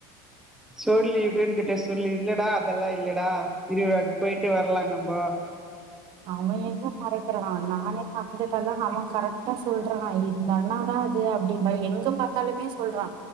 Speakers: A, in the centre; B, on the right.
A: சொல்லு யுகன் கிட்ட சொல்லு இல்லடா அதெல்லா இல்லடா திருவிழாக்கு பொய்ட்டு வரலா நம்பொ
B: அவ எங்க மறக்குறா நானே மறந்துட்டெனா அவ கரெக்டா சொல்றா இந்த அண்ணாதா அது அப்டிபை எங் க பாத்தாலுமே சொல்றா